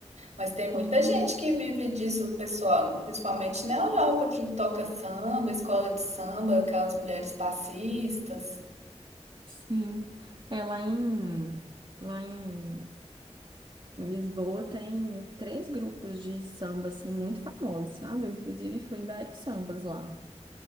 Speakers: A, on the right; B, on the right.
A: Mas tem muita
B: Hum,
A: gente que vive disso, pessoal, principalmente na Europa, que toca samba, escola de samba, aquelas mulheres passistas.
B: sim. É lá em, lá em em Lisboa tem três grupos de samba, assim, muito famosos, sabe? Eu, inclusive, fui em vários sambas lá.